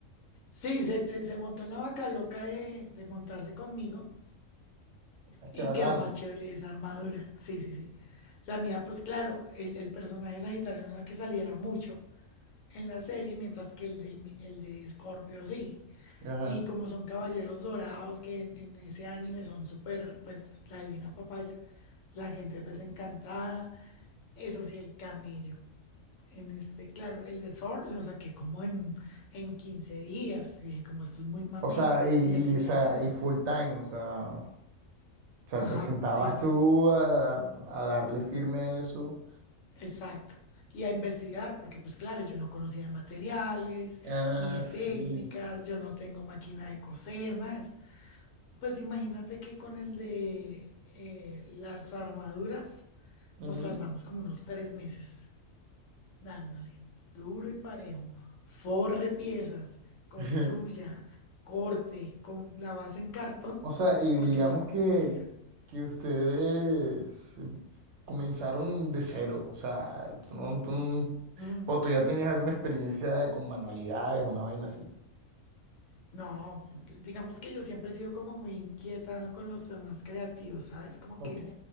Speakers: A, on the left; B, on the right.
A: Sí, se, se, se montó en la vaca loca de, de montarse conmigo
B: Es que
A: y
B: bacano.
A: quedó más chévere esa armadura. Sí, sí, sí. La mía, pues claro, el, el personaje de Sagitario no era que saliera mucho, en la serie, mientras que el de, mi- el de Scorpio sí.
B: Ajá.
A: Y como son caballeros dorados, que en, en ese anime son súper, pues, la divina papaya, la gente pues encantada. Eso sí, el camello. En este, claro, el de Thor lo saqué como en, en 15 días. Y dije, como esto es muy mamey,
B: O sea, y,
A: y ya tenía
B: y, o sea,
A: todo.
B: y full time, o sea, o sea,
A: Ajá,
B: te sentabas
A: sí,
B: tú a, a darle firme a eso.
A: exacto. Y a investigar, porque pues claro, yo no conocía de materiales,
B: Ah,
A: ni de
B: sí.
A: técnicas, yo no tengo máquina de coser, nada Pues imagínate que con el de eh, las armaduras
B: Ujú.
A: nos tardamos como unos tres meses dándole duro y parejo. Forre piezas, construya,
B: <laughs>
A: corte con la base en cartón,
B: O sea, y
A: porque
B: digamos
A: yo no
B: que,
A: conocía.
B: que ustedes comenzaron de cero, o sea, tú no, tú no-
A: Mm,
B: o tú ya tenías alguna experiencia con manualidades, una vaina así.
A: no, digamos que yo siempre he sido como muy inquieta con los temas creativos, ¿sabes? Como
B: Ok.
A: que